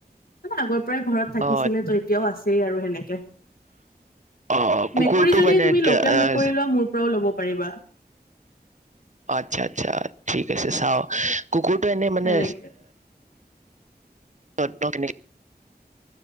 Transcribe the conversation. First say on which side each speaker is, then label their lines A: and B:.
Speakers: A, on the left (about 65°); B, on the right (about 45°).
A: মানে আগৰ পৰাই ঘৰত থাকিছিলে
B: অ
A: তো এতিয়াও আছেই আৰু সেনেকে,
B: অ কুকুৰটো
A: মেকুৰী যদি
B: মানে
A: তুমি
B: কে-
A: লোকেল
B: আহ,
A: মেকুৰী লোৱা মোৰ পৰাও ল'ব প। পাৰিবা।
B: আচ্ছা আচ্ছা ঠিক আছে চাওঁ। কুকুৰটো এনেই মানে
A: সেনেকে
B: <unintelligible>